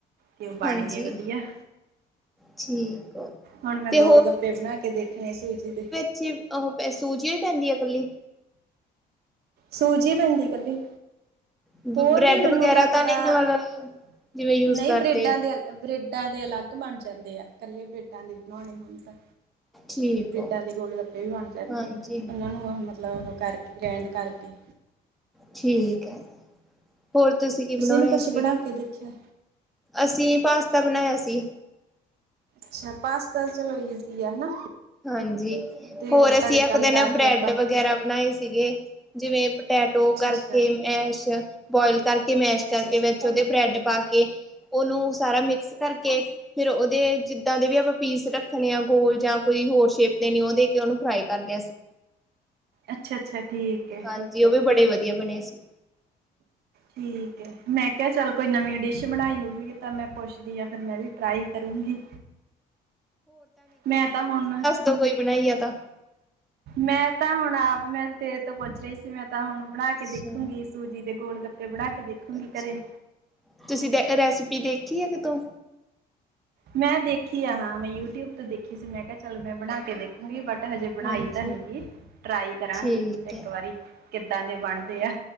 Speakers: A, on the right; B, in the centre.
A: ਤੇ ਉਹ ਬਣ
B: ਹਾਂਜੀ
A: ਗਏ ਵਧੀਆ।
B: ਠੀਕ
A: ਹੁਣ ਮੈਂ
B: ਤੇ
A: ਗੋਲ ਗੱਪੇ ਬਣਾ ਕੇ ਦੇਖਣੇ ਸੂਜੀ ਦੇ।
B: ਆਹ! ਸੂਜੀ ਹੀ ਪੈਂਦੀ ਹੈ ਇਕੱਲੀ।
A: ਸੂਜੀ ਪੈਂਦੀ ਕੱਲੀ?
B: ਬ੍ਰੈਡ
A: ਹੋਰ ਵੀ ਮੈਨੂੰ
B: ਵਗੈਰਾ
A: ਲੱਗਦਾ
B: ਤਾਂ ਨਹੀਂ ਨਾਲ ਜਿਵੇਂ ਯੂਜ
A: ਨਹੀਂ
B: ਕਰਦੇ
A: ਬੇਡਾਂ ਦੇ। ਬ੍ਰੇਡਾਂ ਦੇ ਅਲੱਗ ਬਣ ਜਾਂਦੇ ਆ ਇਕੱਲੇ ਬ੍ਰੇਡਾਂ ਦੇ ਬਣਾਉਣੇ ਹੋਣ ਤਾਂ।
B: ਠੀਕ
A: ਬਰੈਡਾਂ
B: ਹੋ
A: ਦੇ ਗੋਲ ਗੱਪੇ ਵੀ ਬਣ ਜਾਂਦੇ
B: ਹਾਂਜੀ
A: ਆ ਉਹਨਾਂ ਨੂੰ ਉਹ ਮਤਲਬ ਉਹ ਕਰਕੇ। ਗ੍ਰੈਂਡ ਕਰਕੇ।
B: ਠੀਕ ਹੈ। ਹੋਰ ਤੁਸੀਂ ਕੀ ਬਣਾਉਣੇ
A: ਨੀ ਕੁਛ
B: ਸੀ?
A: ਬਣਾ ਕੇ ਦੇਖਿਆ।
B: ਅਸੀਂ ਪਾਸਤਾ ਬਣਾਇਆ ਸੀ।
A: ਅੱਛਾ, ਪਾਸਤਾ ਚਲੋ ਇਜ਼ੀ ਆ ਹਨਾ।
B: ਹਾਂਜੀ,
A: ਤੇ
B: ਹੋਰ ਅਸੀਂ
A: ਤੜਕਾ
B: ਇੱਕ
A: ਲਗਾ
B: ਦਿਨ ਬ੍ਰੈਡ
A: ਕੇ ਆਪਾਂ
B: ਵਗੈਰਾ ਬਣਾਏ ਸੀਗੇ। ਜਿਵੇਂ ਪਟੈਟੋ
A: ਅੱਛਾ
B: ਕਰਕੇ
A: ਅੱਛਾ
B: ਮੈਸ਼। ਬੋਇਲ ਕਰਕੇ ਮੈਸ਼
A: ਅੱਛਾ
B: ਕਰਕੇ
A: ਅੱਛਾ
B: ਵਿੱਚ ਉਹਦੇ ਬ੍ਰੈਡ ਪਾ ਕੇ। ਉਹਨੂੰ ਸਾਰਾ ਮਿਕਸ ਕਰਕੇ ਫਿਰ ਉਹਦੇ ਜਿੱਦਾਂ ਦੇ ਵੀ ਆਪਾਂ ਪੀਸ ਰੱਖ। ਰੱਖਣੇ ਆ ਗੋਲ ਜਾਂ ਕੋਈ ਹੋਰ ਸ਼ੇਪ ਦੇਣੀ ਉਹ ਦੇ ਕੇ ਉਹਨੂੰ ਫਰਾਈ ਕਰ ਲਿਆ ਸੀ।
A: ਅੱਛਾ ਅੱਛਾ ਠੀਕ ਹੈ
B: ਹਾਂਜੀ,
A: ਠੀਕ
B: ਉਹ
A: ਹੈ
B: ਵੀ ਬੜੇ ਵਧੀਆ ਬਣੇ ਸੀ।
A: ਠੀਕ ਹੈ ਮੈਂ ਕਿਹਾ ਚੱਲ ਕੋਈ ਨਵੀਂ ਡਿਸ਼ ਬਣਾਈ ਹੋਊਗੀ ਤਾਂ ਮੈਂ ਪੁੱਛਦੀ ਹਾਂ। ਫਿਰ ਮੈਂ ਵੀ ਟਰਾਈ ਕਰੂੰਗੀ ਮੈਂ ਤਾਂ ਹੁਣ।
B: ਤੋਂ ਕੋਈ ਬਣਾਈ ਆ ਤਾਂ।
A: ਮੈਂ ਤਾਂ ਹੁਣ ਆਪ ਮੈਂ ਤੇਰੇ ਤੋਂ ਪੁੱਛ ਰਹੀ ਸੀ ਮੈਂ ਤਾਂ ਹੁਣ ਬਣਾ
B: ਅੱਛਾ
A: ਕੇ ਦੇਖੂਗੀ। ਸੂਜੀ ਦੇ ਗੋਲ ਗੱਪੇ ਬਣਾ ਕੇ ਦੇਖੂੰਗੀ
B: ਅੱਛਾ
A: ਘਰੇ।
B: ਤੁਸੀਂ ਦੇ ਰੈਸਿਪੀ ਦੇਖੀ ਹੈ ਕਿਤੋਂ?
A: ਮੈਂ ਦੇਖੀ ਆ, ਹਾਂ ਮੈਂ ਯੂਟਿਊਬ ਤੋਂ ਦੇਖੀ ਸੀ ਮੈਂ ਕਿਹਾ ਚਲੋ ਮੈਂ ਬਣਾ ਕੇ ਦੇਖੀ। ਉਹੀ ਬਟ ਹਜੇ ਬਣਾਈ
B: ਹਾਂਜੀ
A: ਤਾਂ ਨੀ ਗ ਟਰਾਈ ਕਰਾਂਗੇ
B: ਠੀਕ
A: ਇੱਕ
B: ਹੈ
A: ਵਾਰੀ। ਕਿੱਦਾਂ ਦੇ ਬਣਦੇ ਆ।